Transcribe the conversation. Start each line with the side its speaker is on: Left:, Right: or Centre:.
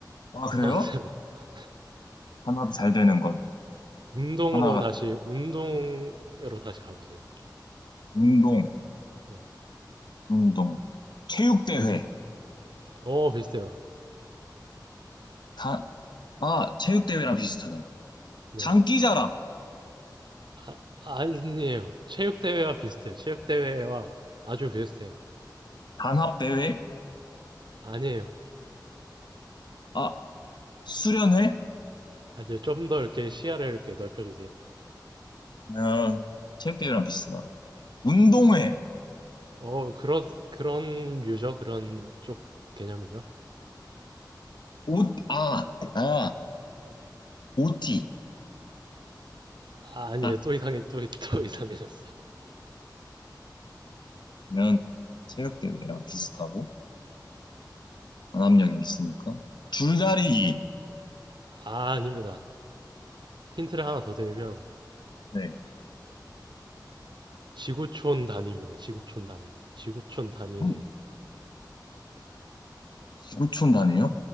Left: 아,
Right: 이상한
Left: 그래요?
Right: 데로. <laughs>
Left: 단합이 잘 되는 것.
Right: 운동으로
Left: 하나가,
Right: 다시, 운동으로 다시 가주세요.
Left: 운동,
Right: 네.
Left: 운동. 체육대회.
Right: 어, 비슷해요.
Left: 다, 아, 체육대회랑 비슷하다.
Right: 네네.
Left: 장기자랑,
Right: 아, 아니에요. 체육대회와 비슷해요. 체육대회와 아주 비슷해요.
Left: 단합대회.
Right: 아니에요.
Left: 아, 수련회?
Right: 아주 좀 더 이렇게 시야를 이렇게 넓혀주세요.
Left: 아 체육대회랑 비슷하다. 운동회.
Right: 어, 그런, 그런 유저, 그런 쪽 개념이죠.
Left: 옷, 아, 아, 오티
Right: 아, 아니에요.
Left: 아,
Right: 또 이상해, 또, 또 <laughs> 이상해졌어.
Left: 면 체육대회랑 비슷하고. 강압력이 있으니까. 줄다리기.
Right: 아, 아닙니다. 힌트를 하나 더 드리면,
Left: 네.
Right: 지구촌 단위입니다. 지구촌 단위. 지구촌 단위에,
Left: 음, 구5초 단위요?